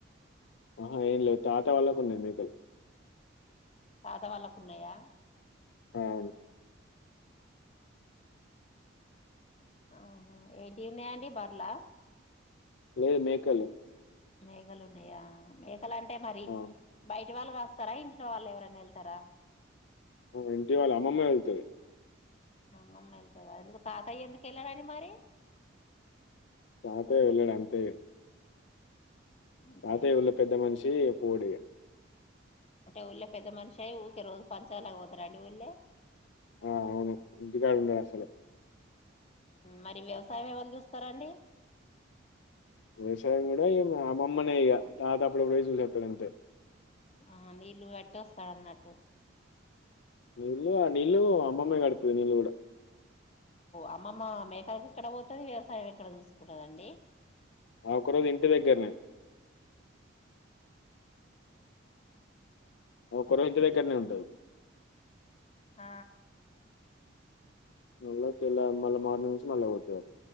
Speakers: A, on the left (about 65°); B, on the left (about 30°).
A: ఆహా ఏం లేదు తాత వాళ్ళకు ఉన్నాయి మెకలు
B: తాత వాళ్ళకు ఉన్నాయా
A: అవును
B: ఆహ ఏంటిఉన్నాయండి బర్ల
A: లేదు మేకలు
B: మేకలు ఉన్నాయా మేకలు అంటే మరి
A: ఆ,
B: బయట ఇట్ వాళ్ళు కాస్తారా ఇంట్లో వాళ్ళు ఎవరైనా వెళ్తారా
A: ఇంటి వాళ్ళు అమ్మమ్మ వెళ్తుది
B: అమ్మమ్మ వెళ్తుందా ఎందుకు తాతయ్య ఎందుకు వెళ్ళారండి మరి
A: తాతయ్య వెళ్ళాడు అంతే
B: అంతేనా
A: తాతయ్య వాలా పెద్ద మనిషి ఓకురే
B: అంటే ఉళ్ళె పెద్ద మనిషియి ఊరికే రోజు పంచాలక పోతారండి ఊళ్ళే
A: ఆ అవును ఇంటికాడు ఉండడు అసలు
B: మరి వ్యవసాయం ఎవల్ చూస్తారాండి
A: వ్యవసాయం కూడా మామమ్మనే ఇక తాత అప్పుడు అపుడు చూసితాడు అంతే
B: ఆ నీళ్ళు అట్ట వస్తాడు అన్నట్టు
A: నిల్ నిలు అమ్మమ్మగా కడతాది నిల్ కూడా
B: అమ్మమ్మ మేకకి ఎక్కడ పోతుది వ్యవసాయం ఎక్కడ చూసుకుంటదండి
A: ఆ ఒకరోజు ఇంటి దగ్గరనే అ ఒక్క రోజు ఇంటి దగ్గరనే ఉంటది
B: ఆ
A: మ తెలా మళ మోర్నింగ్ నుంచి మల్ల పోతది